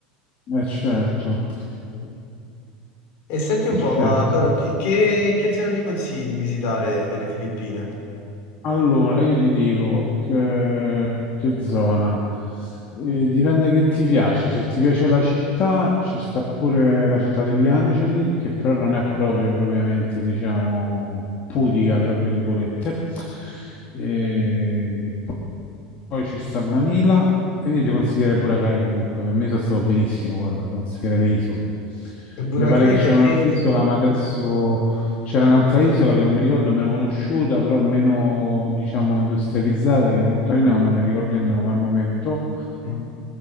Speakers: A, on the left; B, on the left.
A: è certo,
B: <laughs> E senti un
A: è certo.
B: po', ma allora chi- che, che zona mi consigli di visitare delle Filippine?
A: Allora, io ti dico che, che zona. Eh, dipende che ti piace. Se ti piace la città, ci sta pure la città degli angeli, che però non è proprio propriamente, diciamo, pudica, tra virgolette. Eh, poi ci sta Manila e io ti consiglierei Boracay comunque, per me sono stato benissimo, guarda, ti consiglierei le isole.
B: E Boracay
A: Mi pare che c'era
B: perché...
A: un'altra isola, ma adesso c'era un'altra isola che non mi ricordo, meno conosciuta, però meno, diciamo, industrializzata, che era molto carina, ma non mi ricordo il nome al momento.
B: Mm,